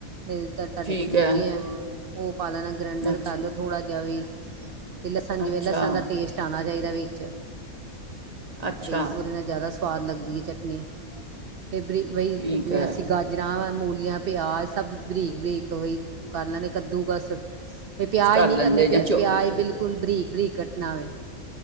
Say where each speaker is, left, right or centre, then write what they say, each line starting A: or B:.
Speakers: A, on the right; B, on the right.
A: ਨਹੀਂ, ਤੁਹਾਡੇ
B: ਠੀਕ
A: ਕੋਲ ਦੂਜੀ
B: ਹੈ
A: ਆ? ਪਾ ਲੈਣਾ ਗ੍ਰੈਂਡਰ
B: ਅੱਛਾ
A: ਕਰ ਲੋ ਥੋੜਾ ਜਾ ਵੀ ਤੇ ਲਸਣ ਜਿਵੇਂ
B: ਅੱਛਾ
A: ਲਸਣ ਦਾ ਟੇਸਟ ਆਣਾ ਚਾਹੀਦਾ, ਵਿੱਚ।
B: ਅੱਛਾ
A: ਬਈ ਉਹਦੇ ਨਾਲ ਜਿਆਦਾ ਸਆਦ ਲੱਗਦੀ ਏ, ਚਟਨੀ। ਫਿਰਬਰੀ ਬਈ
B: ਠੀਕ
A: ਜਿਵੇਂ
B: ਹੈ
A: ਅਸੀਂ ਗਾਜਰਾਂ ਵਾ ਮੂਲੀਆਂ, ਪਿਆਜ ਸਭ ਬਰੀਕ ਬਰੀਕਹੀ ਕਰ ਲੈਣੇ, ਕੱਦੂਕਸ ਵੀ ਪਿਆਜ
B: ਕਰ
A: ਨਹੀਂ
B: ਲੈਂਦੇ
A: ਕਰਨੇ, ਪਿਆ
B: ਜਾਂ ਚੋ
A: ਪਿਆਜ ਬਿਲਕੁਲ ਬਰੀਕ -ਬਰੀਕ ਕਟਨਾਵੇ।